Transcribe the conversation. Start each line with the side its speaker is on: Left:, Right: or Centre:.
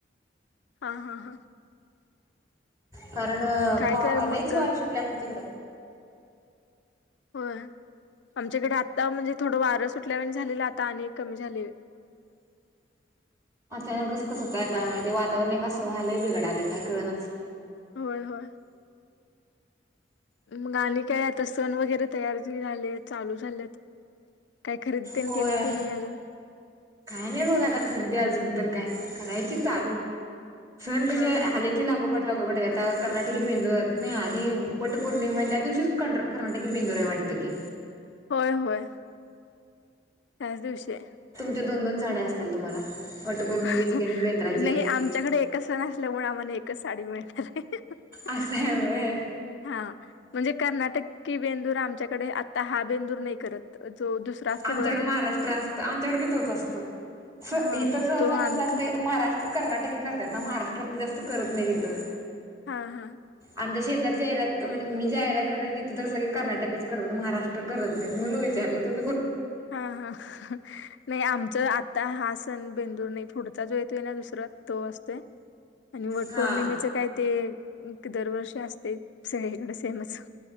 Left: हा हा हा.
Right: कारण अ
Left: काय
Right: वा
Left: कर मग
Right: लहीच वारं सुटल्या आमच्या तिकडं.
Left: हो आमच्याकडे आता म्हणजे थोड वार र सुटल्या वणी झाले आता आणि कमी झाले.
Right: अचानकच कसं कस काय का ते वातावरण अससं व्हालंय बिघडाले काय कळणच.
Left: होय होय. मग आणि काय आता सण वगैरे तयार झाले आहेत चालू झालेत. काय खरेदी तेन
Right: होय
Left: केलंय की नाही अजून
Right: काय नाही बघ आता खरेदी अजून तर काय. करायचे चालू सण कश
Left: हा हा
Right: आले की लागो पट. लागोपाट आता कर्नाटकी बेंदूर नाही आधी वट पौर्णिमा आणि त्या दिवशी कर् कर्नाटीकी बिंदूर आहे वाटते. त की.
Left: होय होय. त्याच दिवशी हाय.
Right: त दोन दोन साड्या असत्याल तुम्हाला. वटपौर्णिमेची
Left: हाह
Right: की नाही बेंद्राची
Left: नाही
Right: एक
Left: आमच्याकडे एकच सण असल्यामुळे आम्हाला एकच साडी मिळणार आहे. हह हह हह.
Right: अस हाय व्हय.
Left: हा म्हणजे कर्नाटक बेंदूर आमच्याकडे आता हा बेंदूर नाही करत. जो दुसरा असते
Right: आमच्याकड
Left: बघा ते
Right: महाराष्ट्र असत आमच्याकडे बी तोच असतो स
Left: हा
Right: हे
Left: मग
Right: तस अस.
Left: तो आम्ही
Right: कस असत
Left: करतो
Right: महाराष्ट्र कर्नाटक करतात ना महाराष्ट्रातलं जास्त करत नाही तिथं.
Left: हा हा.
Right: आमच्या शेजारच्या एरियात म्हणजे मी जा एरियात राहते तिथं तर सगळे कर्नाटकीच करतात महाराष्ट्र करत नाही म्हणून विचारलं तुम्
Left: हा हा नाही आमच आता हा सण बेंदूर नाही, पुढचा जो येतो आहे ना दुस रा तो असतोय आणि वट
Right: हा
Left: पौर्णिमेच काय ते. दरवर्षी असते सगळीकडे. तेनच,